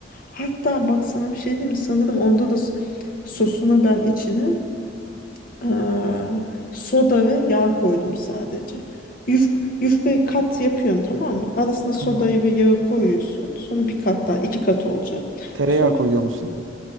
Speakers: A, on the left; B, on the right.
A: Hatta bak sana bir şey diyeyim mi? Sanırım onda da s- sosuna ben içine eee, soda ve yağ koydum sadece. Yuf, yufkayı kat yapıyorsun tamam mı? Arasına sodayı
B: Tamam.
A: ve yağı koyuyorsun. Sonra bir kat daha iki kat olacak.
B: Tereyağı
A: Sonra
B: koyuyor musun?